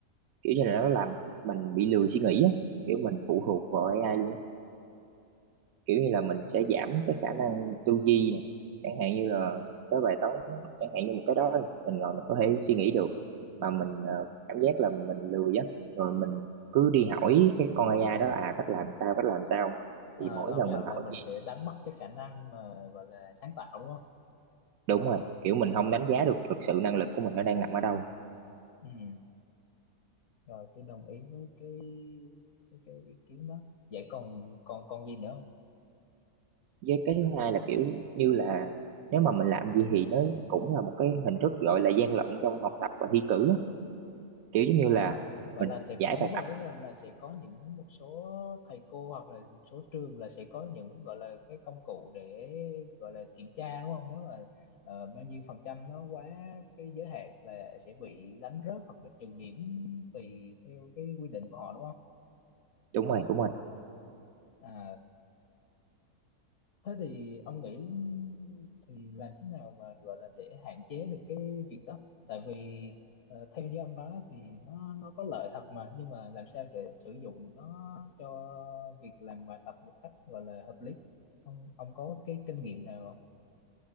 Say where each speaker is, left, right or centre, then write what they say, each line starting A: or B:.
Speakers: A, on the right; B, on the left.
A: kiểu như là nó làm mình bị lười suy nghĩ á kiểu mình phụ thuộc vào AI luôn á. kiểu như là mình sẽ giảm cái khả năng tư duy nè chẳng hạn như là cái bài toán chẳng hạn như một cái đó mình ngồi mình có thể suy nghĩ được mà mình ờ, cảm giác là mình lười á rồi mình cứ đi hỏi cái con AI đó à cách làm sao cách làm sao
B: à,
A: thì mỗi
B: lâu
A: lần
B: dần
A: mình hỏi
B: là mình sẽ đánh mất cái khả năng mà gọi là sáng tạo đúng không
A: đúng rồi kiểu mình không đánh giá được thực sự năng lực của mình nó đang nằm ở đâu
B: ừ rồi tôi đồng ý với cái cái, cái ý kiến đó vậy còn còn còn gì nữa
A: với cái thứ hai là kiểu như là nếu mà mình làm gì thì nó cũng là một cái hình thức gọi là gian lận trong học tập và thi cử á. kiểu giống như
B: À,
A: là
B: vậy
A: mình
B: là sẽ
A: giải
B: có à,
A: bài
B: đúng rồi
A: tập
B: đúng rồi là sẽ có những một số thầy cô hoặc là một số trường là sẽ có những gọi là cái công cụ để gọi là kiểm tra đúng không nếu mà ờ, bao nhiêu phần trăm nó quá cái giới hạn là sẽ bị đánh rớt hoặc là trừ điểm tùy theo cái quy định của họ đúng không
A: đúng rồi đúng rồi
B: à, Thế thì ông nghĩ thì làm thế nào mà gọi là để hạn chế được cái việc đó? Tại vì ờ, theo như ông nói thì nó nó có lợi thật mà nhưng mà làm sao để sử dụng nó cho việc làm bài tập một cách gọi là hợp lý? Ông ông có cái kinh nghiệm nào không?